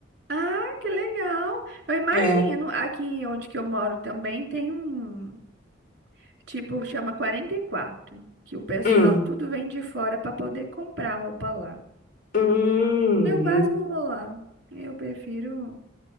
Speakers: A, on the right; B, on the left.
A: Ah, que legal! Eu imagino,
B: É.
A: aqui onde que eu moro também tem um, tipo, chama 44, que o pessoal
B: Hum.
A: tudo vem de fora para poder comprar roupa lá.
B: Hum.
A: Eu quase não vou lá. Eu prefiro.